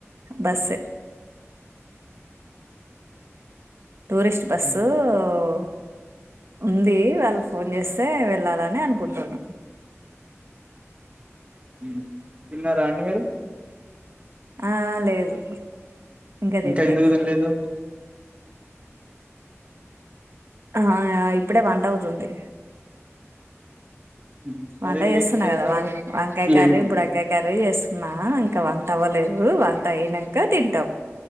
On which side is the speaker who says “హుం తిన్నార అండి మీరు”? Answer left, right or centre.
Right